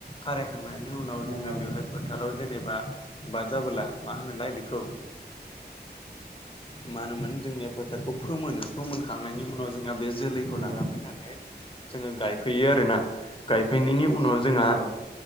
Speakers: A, on the left; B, on the right.
A: खारायखांनायनि उनाव
B: नंगौ
A: जोंना बेवहाय फोथाराव जेनेबा बा जाबोला मा होनोलाय बेखौ मा होनोमोन जोंनिया फोथारखौ फोमोनो फोमोनखांनायनि उनाव जों बे जोलैखौ
B: नंगौ
A: लाना फैनानै जोङो गायफैयो आरो ना। गायफैनायनि उनाव जोंआ
B: नंगौ